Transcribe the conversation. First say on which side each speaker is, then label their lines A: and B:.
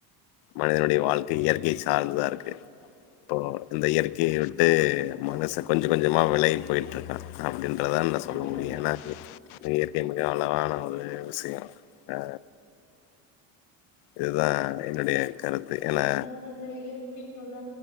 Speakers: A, on the left; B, on the left.
A: மனிதனுடைய வாழ்க்கை இயற்கைய சார்ந்துதா இருக்கு இப்போ இந்த இயற்கைய விட்டு மனச கொஞ்ச கொஞ்சமா வெளகி போய் ட்ருக்கா அப்டின்றதான் நா
B: கண்டிப்பா
A: சொல்ல முடியு ஏன்னா இயற்க்கை மிக அழகான ஒரு விஷயோ அ இதுதா என்னுடைய கருத்து ஏன்னா
B: அதாவது இந்த இயற்க்கைகுள்ள